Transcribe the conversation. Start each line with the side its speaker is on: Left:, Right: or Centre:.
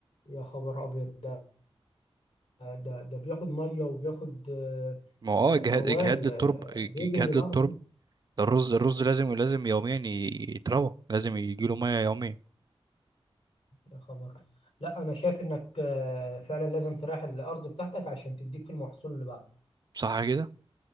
Left: يا خبر ابيض ده ده ده بياخد ميه وبياخد آه،
Right: ما هو
Left: آه،
Right: اه اجهاد
Left: موال
Right: اجهاد للترب
Left: آه، بيجهد
Right: اجهاد
Left: الارض
Right: للترب
Left: ده.
Right: الرز الرز لازم لازم يوميا ي- يتروى لازم يجيله ميه يوميا
Left: يا خبر لا انا شايف انك آه، فعلا لازم تريح الارض بتاعتك عشان تديك في المحصول اللي بعده
Right: صح كده